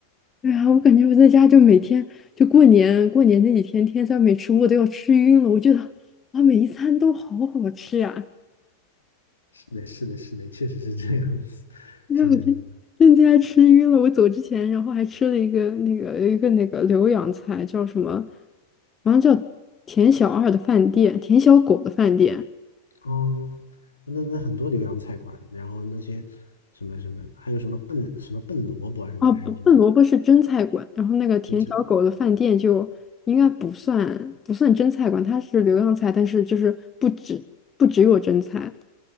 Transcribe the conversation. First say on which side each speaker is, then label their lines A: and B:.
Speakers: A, on the left; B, on the left.
A: 对啊，我感觉我在家就每天就过年过年那几天，天天没吃我都要吃晕了。我觉得啊，每一餐都好好吃呀、
B: 是的，是的，是的，确实是这样子，<laughs>
A: 让我真真的家吃晕了。
B: 真的是。
A: 我走之前，然后还吃了一个那个一个那个浏阳菜，叫什么？好像叫田小二的饭店，田小狗的饭店。
B: 嗯，那那很多浏阳菜馆，然后那些什么什么，还有什么笨什么笨萝卜是吧？
A: 哦，
B: 还是那些
A: 不，笨萝卜是蒸菜馆，然后那个田小狗的饭店就应该不算不算蒸菜馆，
B: 蒸菜？
A: 它是浏阳菜，但是就是不只不只有蒸菜。